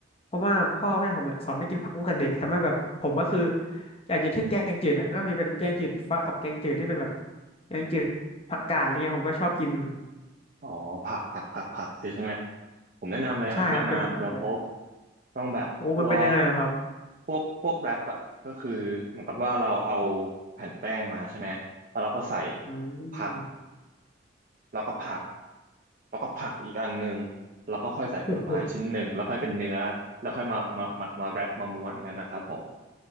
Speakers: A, on the left (about 30°); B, on the right (about 45°).
A: เพราะว่าพ่อแม่ผมเนี่ยสอนให้กินผักตั้งแต่เด็กทำให้แบบผมก็คืออย่างอย่างเช่นแกงจืดเนี่ยก็มีเป็นแกงจืดฟักกับแกงจืดที่เป็นแบบแกงจืดผักกาดอะไรเงี้ยผมก็ชอบกิน
B: อ๋อผักผักผักผักเลยใช่ไหมผมแนะนำเลยอาหารเวียดนามคุณเราพบ
A: ใช่ครับเป็นผักเลย
B: ต้องแบบพวก
A: โอ้มันเป็นยังไงอะครับ
B: พวกพวกแรปอ่ะก็คือเหมือนกับว่าเราเอาแผ่นแป้งมาใช่ไหมแล้วเราก็ใส่
A: อื
B: ผัก
A: ม
B: แล้วก็ผักแล้วก็ผักอีกอันหนึ่งแล้วก็ค่อยใส่ผลไม้ชิ้นหนึ่งแล้วค่อยเป็นเนื้อแล้วค่อยมามามามาแรปมาม้วนอย่างนั้นนะครับผม
A: โอ้โห